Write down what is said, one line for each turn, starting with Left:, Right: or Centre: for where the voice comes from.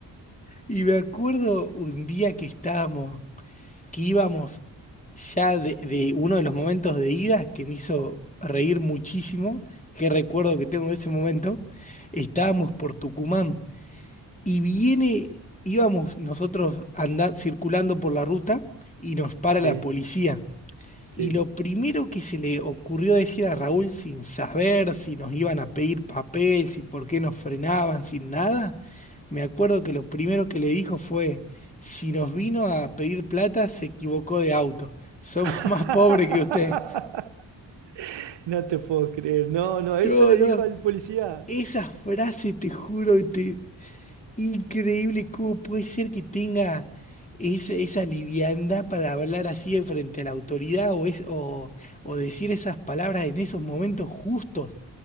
Left: Y me acuerdo un día que estábamos, que íbamos ya de, de uno de los momentos de ida que me hizo reír muchísimo, que recuerdo que tengo de ese momento, estábamos por Tucumán Y viene, íbamos nosotros andando, circulando por la ruta y nos para la
Right: Sí,
Left: policía.
Right: sí.
Left: Y lo primero que se le ocurrió decir a Raúl sin saber si nos iban a pedir papel, si por qué nos frenaban, sin nada, me acuerdo que lo primero que le dijo fue, si nos vino a pedir plata, se equivocó de auto. Somos
Right: <laughs>
Left: <laughs> más pobres que usted.
Right: No te puedo creer. No, no, eso
Left: No,
Right: le
Left: no.
Right: dijo al policía.
Left: Esa frase, te juro, te, Increíble cómo puede ser que tenga esa, esa liviandad para hablar así de frente a la autoridad o, es, o, o decir esas palabras en esos momentos justos.